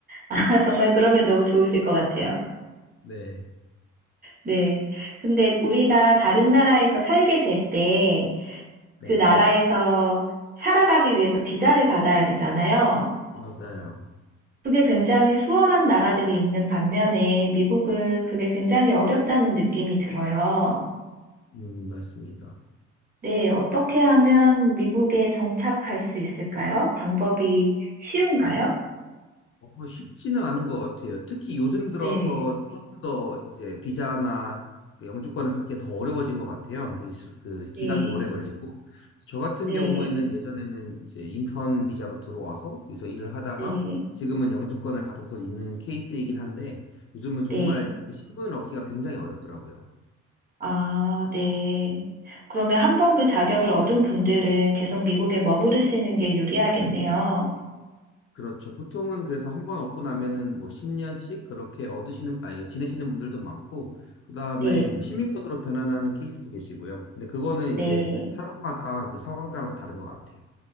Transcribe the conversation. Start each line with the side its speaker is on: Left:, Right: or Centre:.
Right: 아, <laughs> 정말 그러면 너무 좋으실 것 같아요.
Left: 네,
Right: 네. 근데 우리가 다른 나라에서 살게 될 때,
Left: 네,
Right: 그 나라에서 살아가기 위해서 비자를 받아야 되잖아요.
Left: 맞아요.
Right: 그게 굉장히 수월한 나라들이 있는 반면에 미국은 그게 굉장히 어렵다는 느낌이 들어요.
Left: 음, 맞습니다.
Right: 네. 어떻게 하면 미국에 정착할 수 있을까요? 방법이 쉬운가요?
Left: 어, 쉽지는 않은 것 같아요. 특히 요즘 들어서
Right: 네.
Left: 조금 더 이제 비자나 그 영주권을 받기가 더 어려워진 것 같아요. 이 수- 그 기간도
Right: 네.
Left: 오래 걸리고. 저 같은
Right: 네,
Left: 경우에는 예전에는 이제 인턴 비자로 들어와서 여기서 일을 하다가
Right: 네,
Left: 지금은 영주권을 받아서 있는 케이스이긴 한데 요즘은 정말
Right: 네.
Left: 그 신분을 얻기가 굉장히 어렵더라고요.
Right: 아, 네. 그러면 한 번 그 자격을 얻은 분들은 계속 미국에 머무르시는 게 유리하겠네요.
Left: 그렇죠. 보통은 그래서 한 번 얻고 나면은 뭐 10년씩 그렇게 얻으시는, 아, 지내시는 분들도 많고, 그 다음에
Right: 네,
Left: 시민권으로 변환하는 케이스도 계시고요. 근데 그거는
Right: 네.
Left: 이제 사람마다 그 상황 따라서 다른 것 같아요.